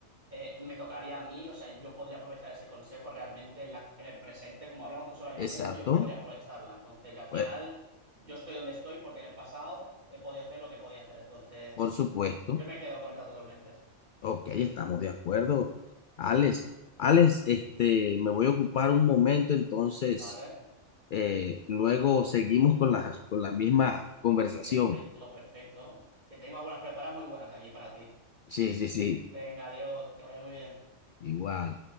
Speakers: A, on the right; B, on the left.
A: eh, me tocaría a mí. O sea, yo podría aprovechar ese consejo realmente en, la- en el presente. Como hablamos que solo hay
B: Exacto,
A: un mundo, yo podría aprovecharla. Entonces, ya al final,
B: pues,
A: yo estoy donde estoy porque en el pasado he podido hacer lo que podía hacer. Entonces,
B: por supuesto.
A: yo me quedo con esa totalmente.
B: Ok, estamos de acuerdo. Alex, Alex, este, me voy a ocupar un momento, entonces,
A: Vale.
B: eh, luego seguimos con la, con la misma conversación.
A: Perfecto, perfecto. Que tengo algunas preparadas muy buenas aquí para ti.
B: Sí, sí, sí,
A: Venga, Diego, que vaya muy bien.
B: igual.